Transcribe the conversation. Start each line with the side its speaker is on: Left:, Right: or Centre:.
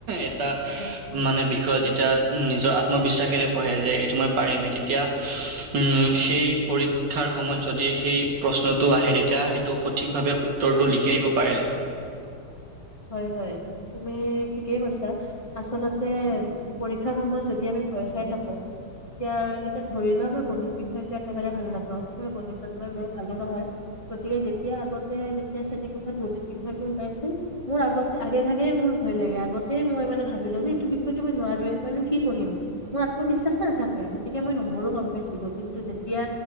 Right: এটা
Left: হয়।
Right: মানে বিষয়ত যেতিয়া নিজৰ আত্মবিশ্বাসেৰে পঢ়ে যে এইটো মই পাৰিমেই তেতিয়া উম, সেই পৰি ক্ষাৰ সময়ত যদি সেই প্ৰশ্নটো আহে তেতিয়া সেইটো সঠিকভাৱে উত্তৰটো
Left: উম
Right: লিখি আহিব পাৰে আৰু।
Left: হয় হয়, তুমি ঠিকেই কৈছা। আচলতে পৰীক্ষাৰ সময়ত যদি আমি ভয় খাই থাকোঁ এতিয়া এতিয়া ধৰি লোৱা মই গণিত বিষয়টো একেবাৰে ভাল নাপাওঁ, মই গণিতত মই বহুত ভালো নহয় গতিকে যেতিয়া আগতে যেতিয়া শ্ৰেণীকোঠাত গণিত বিষয়টো ওলাইছিল মোৰ আগতে, আগে ভাগে মোৰ ভয় লাগে, আগতে মই মানে ভাবিলোঁ যে এইটো বিষয়টো মই নোৱাৰোৱে মইনো কি পঢ়িম। মোৰ আত্মবিশ্বাস নাথাকে গতিকে মই নম্বৰো কম পাইছিলোঁ কিন্তু যেতিয়া